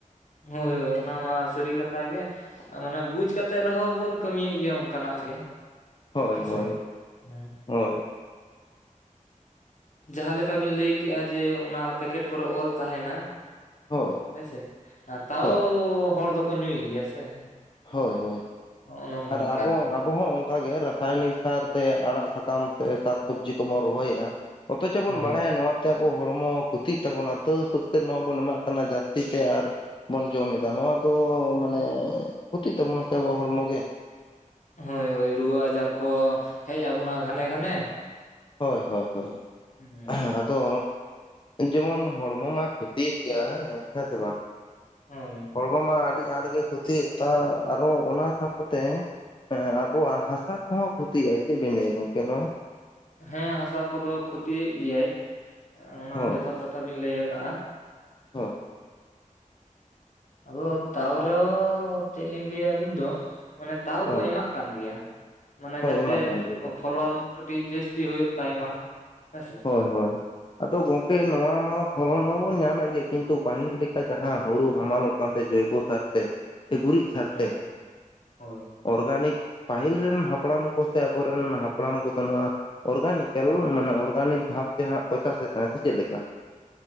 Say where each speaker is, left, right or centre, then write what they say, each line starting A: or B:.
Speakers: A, on the left; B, on the left.
A: ᱦᱳᱭ ᱦᱳᱭ ᱚᱱᱟ ᱢᱟ ᱥᱟᱹᱨᱤ ᱠᱟᱛᱷᱟ ᱜᱮ᱾ ᱢᱟᱱᱮ ᱵᱩᱡ ᱠᱟᱛᱮᱜ ᱨᱮᱦᱚᱸ, ᱵᱚᱱ ᱠᱟᱹᱢᱤᱭᱮᱜ ᱜᱮᱭᱟ ᱚᱱᱠᱟᱱᱟᱜ ᱜᱮ
B: ᱦᱳᱭ
A: ᱦᱮᱸᱥᱮ
B: ᱦᱳᱭ
A: ᱦᱮᱸ
B: ᱦᱳᱭ
A: ᱡᱟᱦᱟ ᱞᱮᱠᱟ ᱵᱤᱱ ᱞᱟᱹᱭᱠᱮᱜᱼᱟ ᱡᱮ, ᱚᱱᱟ ᱯᱮᱠᱮᱴ ᱠᱚᱨᱮ ᱚᱞ ᱛᱟᱦᱮᱱᱟ
B: ᱦᱳᱭ
A: ᱦᱳᱭᱥᱮ ᱛᱟᱣ
B: ᱦᱳᱭ
A: ᱦᱚᱲ ᱫᱚᱠᱚ ᱧᱩᱭ ᱜᱮᱭᱟ ᱥᱮ
B: ᱦᱳᱭ ᱦᱳᱭ
A: ᱱᱚᱜᱼᱚ ᱱᱚᱜᱼᱚ
B: ᱟᱨ
A: ᱱᱚᱝᱠᱟ
B: ᱟᱵᱚ <unintelligible> ᱟᱵᱚ ᱦᱚᱸ ᱚᱱᱠᱟ ᱜᱮ ᱨᱟᱥᱟᱭᱚᱱᱤᱠ ᱥᱟᱨ ᱛᱮ ᱟᱲᱟᱜ ᱥᱟᱠᱟᱢ ᱥᱮ ᱥᱟᱠᱥᱚᱵᱽᱡᱤ ᱠᱚᱵᱚᱱ ᱨᱚᱦᱚᱭᱮᱜᱼᱟ᱾ ᱚᱛᱷᱚᱪᱚ ᱵᱚᱱ
A: ᱦᱳᱭ
B: ᱵᱟᱲᱟᱭᱟ ᱱᱚᱣᱟ ᱟᱵᱚ ᱦᱚᱲᱢᱚ ᱠᱷᱚᱛᱤᱜ ᱛᱟᱵᱚᱱᱟ ᱛᱟᱹᱣ ᱥᱚᱛᱛᱮ ᱱᱚᱣᱟ ᱵᱚᱱ ᱮᱢᱟᱜ ᱠᱟᱱᱟ ᱡᱟᱹᱥᱛᱤ ᱛᱮ ᱟᱨ ᱵᱚᱱ ᱡᱚᱢᱮᱫᱟ ᱱᱚᱣᱟ ᱫᱚ ᱢᱟᱱᱮ ᱠᱷᱚᱛᱤᱜ ᱛᱟᱵᱚᱱᱟ ᱥᱮ ᱟᱵᱚ ᱦᱚᱲᱢᱚ ᱜᱮ᱾
A: ᱦᱳᱭ ᱦᱳᱭ ᱨᱩᱣᱟᱹ ᱟᱡᱟᱨ ᱠᱚ ᱦᱮᱡ ᱟᱵᱚᱱᱟ ᱜᱷᱟᱱᱮ ᱜᱷᱟᱱᱮ
B: ᱦᱳᱭ ᱦᱳᱭ ᱦᱳᱭ
A: ᱦᱮᱸ
B: ᱟᱫᱚ ᱡᱮᱢᱚᱱ ᱦᱚᱲᱢᱚ ᱢᱟ ᱠᱷᱚᱛᱤᱭᱮᱫ ᱜᱮᱭᱟ ᱦᱮᱸ ᱥᱮ ᱵᱟᱝ
A: ᱦᱳᱭ
B: ᱦᱚᱲᱢᱚ ᱢᱟ ᱟᱹᱰᱤ ᱟᱸᱴ ᱜᱮ ᱠᱷᱚᱛᱤᱭᱮᱫ ᱛᱚ ᱟᱨᱚ ᱚᱱᱟ ᱥᱟᱶᱛᱮ ᱦᱮᱸ ᱟᱵᱚᱣᱟᱜ ᱦᱟᱥᱟ ᱠᱚᱦᱚᱸ ᱠᱷᱚᱛᱤᱮᱜᱼᱟ ᱪᱮᱫ ᱵᱤᱱ ᱞᱟᱹᱭᱟ ᱜᱚᱝᱠᱮ ᱱᱚᱣᱟ?
A: ᱦᱮᱸ ᱦᱟᱥᱟ ᱠᱚᱫᱚ ᱠᱷᱚᱛᱤᱭᱮᱫ ᱜᱮᱭᱟᱭ ᱚᱱᱟ
B: ᱦᱳᱭ
A: ᱡᱚᱛᱷᱟᱛ ᱠᱟᱛᱷᱟ ᱵᱤᱱ ᱞᱟᱹᱭ ᱟᱠᱟᱜᱼᱟ᱾
B: ᱦᱳᱭ
A: ᱟᱫᱚ ᱛᱟᱣᱨᱮᱦᱚ ᱪᱮᱫ ᱞᱤᱧ ᱞᱟᱹᱭᱟ ᱟᱹᱞᱤᱧ ᱫᱚ ᱢᱟᱱᱮ ᱛᱟᱣ
B: ᱦᱳᱭ
A: ᱠᱚ ᱮᱢᱟᱜ ᱠᱟᱱ ᱜᱮᱭᱟ ᱢᱟᱱᱮ
B: ᱦᱳᱭ
A: ᱡᱟᱛᱮ
B: ᱮᱢᱟᱜ ᱠᱟᱱ ᱜᱮᱭᱟ ᱠᱚ
A: ᱯᱷᱚᱞᱚᱱ ᱠᱟᱹᱴᱤᱡ ᱡᱟᱹᱥᱛᱤ ᱦᱳᱭᱳᱜ ᱛᱟᱭᱢᱟ ᱦᱮᱸᱥᱮ
B: ᱦᱳᱭ ᱦᱳᱭ ᱟᱫᱚ ᱜᱚᱝᱠᱮ ᱱᱚᱣᱟ ᱢᱟ ᱯᱷᱚᱞᱚᱱ ᱢᱟᱵᱚᱱ ᱧᱟᱢᱮᱜ ᱜᱮ ᱠᱤᱱᱛᱩ ᱯᱟᱹᱦᱤᱞ ᱞᱮᱠᱟ ᱡᱟᱦᱟᱸ ᱦᱩᱲᱩ ᱦᱟᱢᱟᱞᱚᱜ ᱠᱟᱱᱛᱮ ᱡᱳᱭᱵᱚ ᱥᱟᱨᱛᱮ ᱥᱮ ᱜᱩᱨᱤᱡ ᱥᱟᱨᱛᱮ
A: ᱦᱳᱭ ᱦᱳᱭ
B: ᱚᱨᱜᱟᱱᱤᱠ ᱯᱟᱹᱦᱤᱞ ᱨᱮᱱ ᱦᱟᱯᱲᱟᱢ ᱠᱚ ᱥᱮ ᱟᱵᱚᱨᱮᱱ ᱦᱟᱯᱲᱟᱢ ᱠᱚᱫᱚ ᱱᱚᱣᱟ ᱚᱨᱜᱟᱱᱤᱠᱮᱞ ᱢᱟᱱᱮ ᱚᱨ ᱜᱟᱱᱤᱠ ᱵᱷᱟᱵᱛᱮ ᱦᱟᱸᱜ ᱠᱚ ᱪᱟᱥᱮᱫ ᱛᱟᱦᱮ ᱥᱮ ᱪᱮᱫ ᱞᱮᱠᱟ᱾